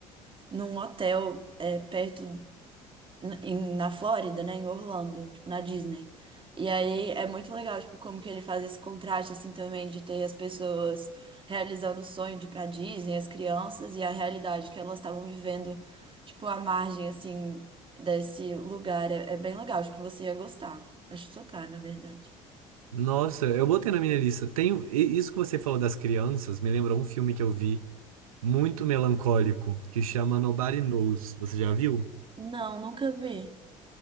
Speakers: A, on the right; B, on the right.
A: num hotel, é, perto. n- em- na Flórida, né, em Orlando, tipo, na Disney. E aí é muito legal, tipo, como que ele faz esse contraste, assim, também, de ter as pessoas realizando o sonho de ir pra Disney, as crianças, e a realidade que elas estavam vivendo, tipo, à margem, assim, desse lugar. É, é bem legal, acho que você ia gostar. Acho sua cara, na verdade.
B: Nossa, eu botei na minha lista. Tem, um, e- isso que você falou das crianças me lembrou um filme que eu vi muito melancólico, que chama Nobody Knows. Você já viu?
A: Não, nunca vi.